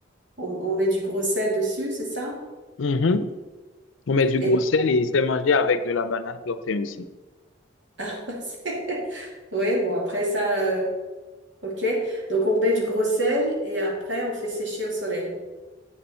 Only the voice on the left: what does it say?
Mhm. On met du
gros
sel et c'est mangé avec de la banane plantain aussi.